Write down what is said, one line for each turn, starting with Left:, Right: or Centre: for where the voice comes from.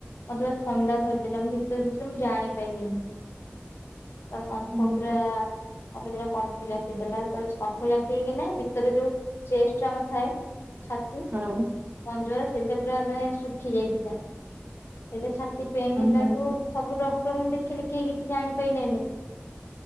Left: ମତେ ପା ଥଣ୍ଡା ଧରିଥିଲା ମୁ ଭିତରେ ଭିତରେ ମୁଁ ଜାଣି ପାଇଲିନି।
Right: <unintelligible>
Left: ତା କମ୍ପ
Right: ହୁଁ
Left: ପୁରା
Right: ହଁ
Left: ଅଫିସ ରେ କମ୍ଫୁ ଜାକିଦେଲା ତ କମ୍ଫୁ ଜାକିକିନା ଭିତରେ ଯୋଉ ଚେଷ୍ଟ ଆମର ଥାଏ। ଛାତି।
Right: ହଁ।
Left: ପଞ୍ଜରା ସେଇଟା ପୁରା ନେ ଶୁଖି ଯାଇଥିଲା ସେଇଟା ଛାତି ପେନ୍ ହେଲାକୁୁ
Right: ହଁ
Left: ସବୁ ଡକ୍ଟରଙ୍କୁ ଦେଖିଲି କେହି କିଛି ଜାଣିପାଇଲେନି